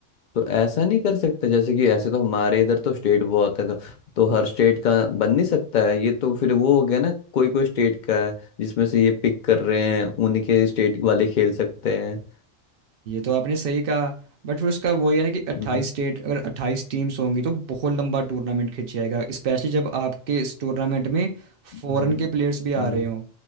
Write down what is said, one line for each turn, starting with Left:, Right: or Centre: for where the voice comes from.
Left: तो ऐसा नहीं कर सकते जैसे कि ऐसे तो हमारे इधर तो स्टेट बहुत है तो तो हर स्टेट का बन नहीं सकता है ये तो फिर वो हो गया ना कोई कोई स्टेट का है जिसमें से ये पिक कर रहे हैं उन्हीं के स्टेट वाले खेल सकते हैं
Right: ये तो आपने सही कहा बट फिर उसका वही है ना कि 28
Left: हम्म,
Right: स्टेट अगर 28 टीम्स होंगी तो बहुत लंबा टूर्नामेंट खिंच जाएगा स्पेशली जब आपके इस टूर्नामेंट में
Left: हम्म,
Right: फॉरेन के प्लेयर्स भी आ
Left: हम्म,
Right: रहे हों